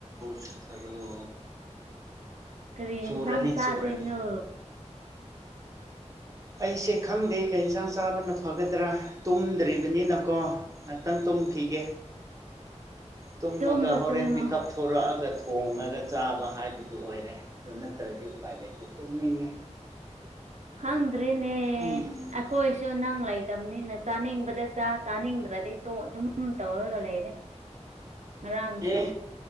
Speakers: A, on the right; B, on the right.
A: ꯆꯨꯊꯔꯣ꯫
B: ꯀꯔꯤ ꯌꯦꯟꯁꯥꯡ
A: ꯆꯨꯔꯅꯤ
B: ꯆꯥꯗꯣꯏꯅꯣ꯫
A: ꯆꯨꯔꯅꯤ ꯑꯩꯁꯦ ꯈꯪꯗꯦ꯫ ꯀꯩ ꯌꯦꯟꯁꯥꯡ ꯆꯥꯕꯅ ꯐꯒꯗ꯭ꯔꯥ ꯇꯨꯝꯗ꯭ꯔꯤꯕꯅꯤꯅꯀꯣ ꯉꯥꯛꯇꯪ ꯇꯨꯝꯈꯤꯒꯦ꯫ ꯇꯨꯝꯃꯒ
B: ꯇꯨꯝꯃꯣ
A: ꯍꯣꯔꯦꯟ
B: ꯇꯨꯝꯃꯣ
A: ꯃꯤꯀꯞ ꯊꯣꯔꯛꯑꯒ ꯊꯣꯡꯉꯒ ꯆꯥꯕ ꯍꯥꯏꯕꯗꯨ ꯑꯣꯏꯔꯦ꯫ ꯑꯗꯨ ꯅꯠꯇ꯭ꯔꯗꯤ ꯎꯄꯥꯏ ꯂꯩꯇ‌ꯦ ꯇꯨꯝꯅꯤꯡꯉꯦ꯫
B: ꯈꯪꯗ꯭ꯔꯦꯅꯦ꯫
A: ꯎꯝ
B: ꯑꯈꯣꯏꯁꯨ ꯅꯪ ꯂꯩꯇꯝꯅꯤꯅ ꯆꯥꯅꯤꯡꯕꯗ ꯆꯥ ꯆꯥꯅꯤꯡꯗ꯭ꯔꯗꯤ ꯇꯣꯛ ꯑꯗꯨꯝ ꯇꯧꯔꯒ ꯂꯩꯔꯦ꯫ ꯉꯔꯥꯡꯁꯨ
A: ꯑꯦ